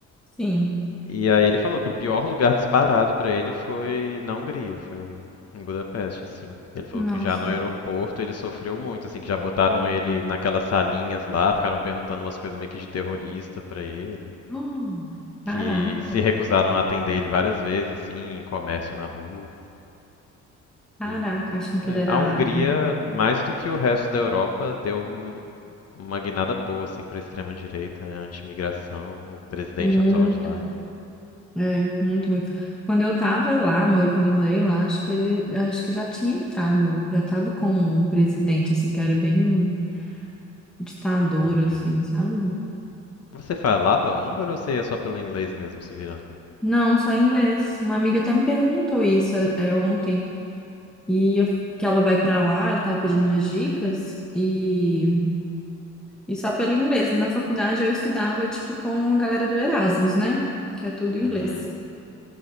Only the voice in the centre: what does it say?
Sim.
Nossa.
Hum,
caraca,
caraca,
achando que
ele era
árabe.
Muito,
é, muito, muito. Quando eu tava lá, amor, quando eu morei lá, acho que ele, acho que já tinha entrado, já tava com um presidente, assim, que era bem ditador,
assim, sabe?
Não, só inglês. Uma amiga até me perguntou isso, é, é, ontem, e eu, que ela vai pra lá, ela tava pedindo umas dicas, e, e só pelo inglês. Na faculdade eu estudava, tipo, com a galera do Erasmus, né? Que é tudo inglês.